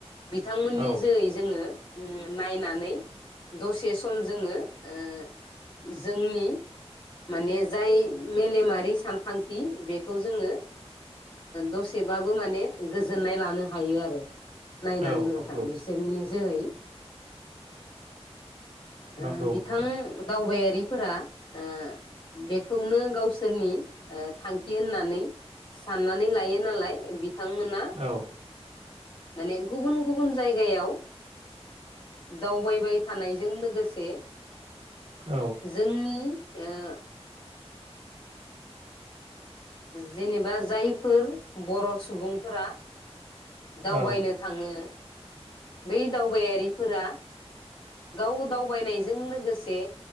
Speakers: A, on the left (about 45°); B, on the right (about 80°).
A: बिथांमोननि
B: नंगौ नोंथां औ
A: जैहै जोङो। नायनानै दसे सम जोङो ओ जोंनि माने जाय मेलेमारि सानखांथि बेखौ जोङो दसेबाबो माने गोजोननाय लानो हायो आरो। नायनानै
B: औ
A: नोंथां
B: नंगौ
A: बिसोरनि जोहै।
B: नंगौ
A: ओह बिथां
B: नोंथां
A: दावबायारि। फोरा ओ बेखौनो गावसोरनि थांखि ओ होननानै साननानै लायो नालाय बिथांमोना।
B: औ
A: बे गुबुन गुबुन जायगायाव दावबायबाय थानायजों लोगोसे
B: औ
A: जोंनि ओह जेनेबा जायफोर बर'सुबुंफोरा दावबायनो
B: औ
A: थाङो। बै दावबायारिफोरा गाव दावबायनायजों लोगोसे